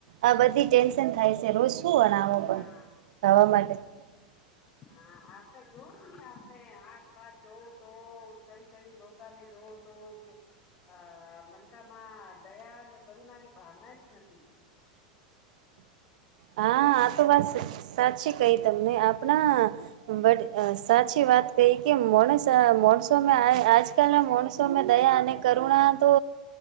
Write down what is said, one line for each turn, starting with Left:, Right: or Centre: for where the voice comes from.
Right: આ બધી ટેન્શન થાય શે રોજ શું બનાવો
Left: હા
Right: તમ ખાવા માટે? <inaudible>
Left: હા, આપને જોઉને આપને આસપાસ જોઉ તો કઈ કઈ લો કાને જોઉ તો કે અ મનકામાં દયા અને કરુણાની ભાવના જ નથી.
Right: હા, આ તો વાત સે. સાચી કઈ તમને આપના, વડ અ સાચી વાત કઈ કે મોણસ તા મોણસોમાં આય આજકાલના મોણસોમાં દયા અને કરુણા તો